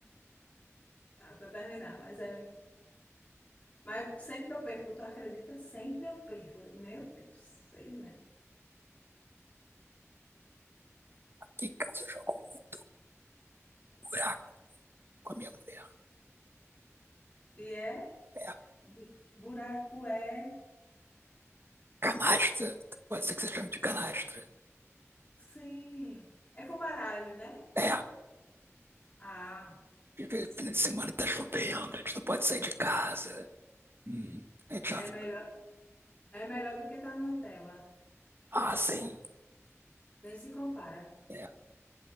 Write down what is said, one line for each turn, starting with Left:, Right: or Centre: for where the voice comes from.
Left: até terminar. Mas, é, mas sempre eu perco, tu acredita? Sempre eu perco. Eu digo, meu Deus, sei não.
Right: Ficava com um buraco com a minha mulher.
Left: E é,
Right: É,
Left: bu- buraco é,
Right: canastra. Pode ser que você chame de canastra.
Left: sim, é com baralho, né?
Right: É,
Left: Ah,
Right: de vez- fim de semana tá chovendo, a gente não pode sair de casa. Hum. A gente já...
Left: é melhor, é melhor do que estar numa tela.
Right: Ah, sim.
Left: Nem se compara.
Right: É.